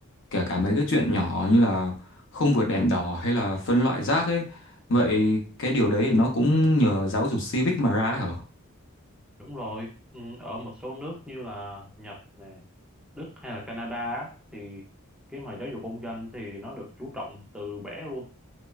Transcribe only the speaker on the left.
kể cả mấy cái chuyện nhỏ như là không vượt đèn đỏ hay là phân loại rác ấy vậy cái điều đấy nó cũng nhờ giáo dục civic mà ra ấy hả